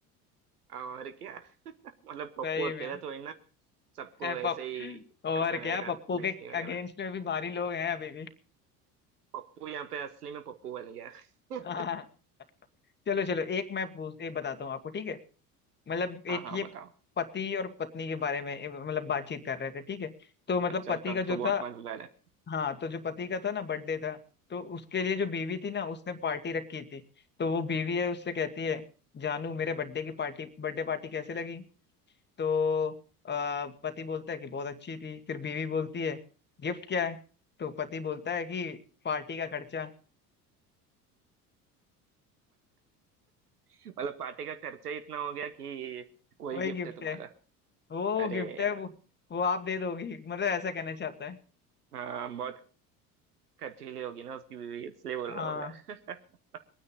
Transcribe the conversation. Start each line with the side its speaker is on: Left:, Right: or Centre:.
Right: और क्या मतलब पप्पू
Left: सही
Right: अकेला
Left: में <laughs>
Right: थोड़ी ना सबको ऐसे
Left: पप
Right: ही
Left: और
Right: करता
Left: क्या
Right: रहेगा
Left: पप्पू
Right: बेइज्जती
Left: के
Right: वगैरह
Left: अगेंस्ट में भी भारी लोग हैं अभी भी
Right: पप्पू यहाँ पे असली में पप्पू बन गया <laughs>
Left: <laughs> चलो चलो एक मैं पूछ एक बताता हूँ आपको ठीक है मतलब
Right: हाँ
Left: एक
Right: हाँ
Left: ये
Right: बताओ
Left: पति और पत्नी के बारे में ए, मतलब बातचीत कर रहे थे ठीक है तो मतलब
Right: अच्छा
Left: पति
Right: तब
Left: का जो
Right: तो बहुत
Left: था
Right: मजेदार है
Left: हाँ तो जो पति का था ना बर्थडे था तो उसके लिए जो बीवी थी ना उसने पार्टी रखी थी तो वो बीवी है उससे कहती है जानू मेरे बर्थडे की पार्टी बर्थडे पार्टी कैसे लगी तो आ, पति बोलता है कि बहुत अच्छी थी फिर बीवी बोलती है गिफ्ट क्या है तो पति बोलता है कि पार्टी का खर्चा
Right: मतलब पार्टी का खर्चा ही इतना हो गया कि वही
Left: वही
Right: गिफ्ट
Left: गिफ्ट
Right: है तुम्हारा
Left: है वो
Right: अरे
Left: गिफ्ट है
Right: यार
Left: वो वो आप दे दोगी मतलब ऐसा कहना चाहता है
Right: हाँ बहुत खर्चीली होगी ना उसकी बीवी इसलिए बोल
Left: हाँ
Right: रहा होगा <laughs>